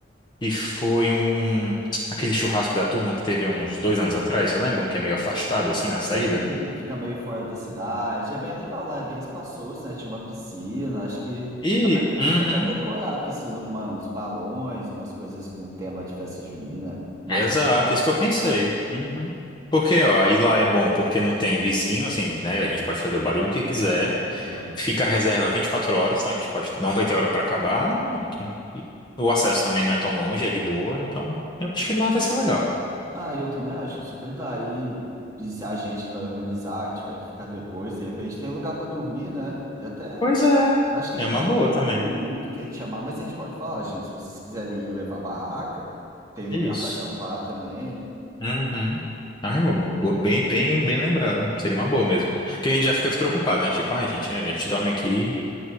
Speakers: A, on the left (about 25°); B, on the right (about 20°).
A: que foi um. Aquele churrasco da turma que teve há uns dois anos atrás, você lembra? Um que é meio afastado, assim, na saída?
B: E fica meio fora da cidade. É bem legal lá, é bem espaçoso, né? Tinha uma piscina, acho que
A: E. Uhum.
B: a gente ia até decorar a piscina com uma- uns balões, umas coisas com tema de festa junina, maçã.
A: Exato, isso que eu pensei. Uhum. Porque, ó, aí lá é bom porque não tem vizinho, assim, né? A gente pode fazer o barulho que quiser.
B: Uhum.
A: Fica a reserva 24 horas, então a gente pode, não vai ter hora para acabar e pronto. E o acesso também não é tão longe, é de boa, então eu acho que lá vai ser legal.
B: Ah, eu também acho que super dá. E, e se a gente que vai organizar, que tiver que ficar depois, de repente tem lugar para dormir, né? E até,
A: Pois é,
B: eu acho que não
A: é uma
B: cabe
A: boa também.
B: todo mundo que a gente chamar, mas a gente pode falar, gente, se vocês quiserem ir levar barraca, tem lugar
A: É Isso.
B: para acampar também.
A: Uhum. Ai,
B: É,
A: mo- bo- bem, bem, bem lembrado. Seria uma boa mesmo. Porque a gente já fica despreocupado, né? Tipo, ai, gente, a gente dorme aqui,